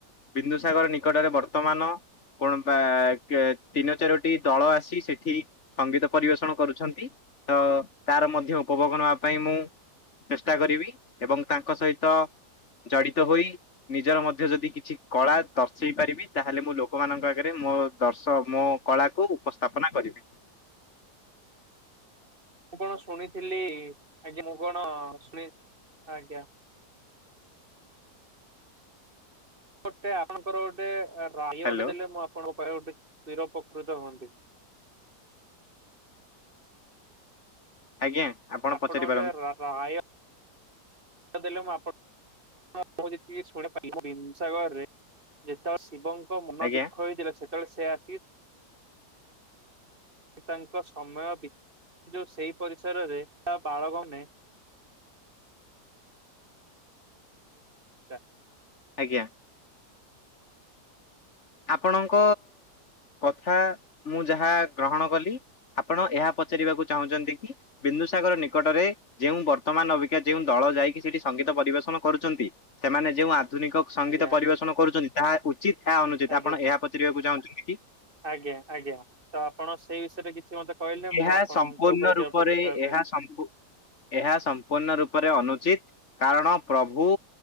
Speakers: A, on the left; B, on the right.
A: ବିନ୍ଦୁସାଗର ନିକଟରେ ବର୍ତ୍ତମାନ କଣ ବା କେ ତିନୋ ଚାରୋଟି ଦଳ ଆସି ସେଠି ସଙ୍ଗୀତ ପରିବେଷଣ କରୁଛନ୍ତି। ତ ତାର ମଧ୍ୟ ଉପଭୋଗ ନବା ପାଇଁ ମୁଁ ଚେଷ୍ଟା କରିବି ଏବଂ ତାଙ୍କ ସହିତ ଜଡ଼ିତ ହୋଇ ନିଜର ମଧ୍ୟ ଯଦି କିଛି କଳା ଦର୍ଶ ହେଇପାରିବି ତାହେଲେ ମୁଁ ଲୋକମାନଙ୍କ ଆଗରେ ମୋ ଦର୍ଶ ମୋ କଳାକୁ ଉପସ୍ଥାପନା କରିବି।
B: ମୁଁ କଣ ଶୁଣିଥିଲି ଆଜ୍ଞା ମୁଁ କଣ ଶୁଣି ଆଜ୍ଞା ଗୋଟେ ଆପଣଙ୍କର ଗୋଟେ ରାୟ
A: ହ୍ୟାଲୋ
B: ଗୋଟେ ଦେଲେ ମୁଁ ଆପଣଙ୍କ ପାଖେ ଗୋଟେ ଚିରୋପକୃତ ହୁଅନ୍ତି।
A: ଆଜ୍ଞା।
B: ଆପଣ
A: ପଚାରି
B: ଗୋଟେ
A: ପାରନ୍ତି
B: ରାୟ। ଦେଲେ ମୁଁ ଆପଣ ମୁ ଯେତିକି ଶୁଣିିି <inaudible> ସାଗରରେ ଯେତେବେଳେ ଶିବଙ୍କ ମନ
A: ଆଜ୍ଞା
B: ଦୁଃଖ ହେଇଥିଲା ସେତେବେଳେ ସେ ଆସି କି ତାଙ୍କ ସମୟ ବି ଯେଉଁ ସେଇ ପରିସରରେ ତା ବାଳକ ମାନେ। ଆ <inaudible>
A: ଆଜ୍ଞା। ଆପଣଙ୍କ କଥା ମୁଁ ଯାହା ଗ୍ରହଣ କଲି। ଆପଣ ଏହା ପଚାରିବାକୁ ଚାହୁଁଛନ୍ତି କି ବିନ୍ଦୁସାଗର ନିକଟରେ ଯେଉଁ ବର୍ତ୍ତମାନ ଅବିକା ଯେଉଁ ଦଳ ଯାଇକି ସେଠି ସଙ୍ଗୀତ ପରିବେଷଣ କରୁଚନ୍ତି ସେମାନେ ଯେଉଁ ଆଧୁନିକ ସଙ୍ଗୀତ
B: ଆଜ୍ଞା
A: ପରିବେଷଣ କରୁଛନ୍ତି ତାହା ଉଚିତ ଆ ଅନୁଚିତ
B: ଆଜ୍ଞା
A: ଆପଣ ଏହା ପଚାରିବାକୁ ଚାହୁଁଛନ୍ତି କି?
B: ଆଜ୍ଞା ଆଜ୍ଞା ତ ଆପଣ ସେଇ ବିଷୟରେ କିଛି ମତେ କହିଲେ ମୁଁ
A: ଏହା
B: ଆପଣଙ୍କ
A: ସମ୍ପୂର୍ଣ୍ଣ
B: ଉପରେ ଚିରୋପକୃତ
A: ରୂପରେ
B: ହେବି
A: ଏହା ସମ୍ପୁ ଏହା ସମ୍ପୂର୍ଣ୍ଣ ରୂପରେ ଅନୁଚିତ କାରଣ ପ୍ରଭୁ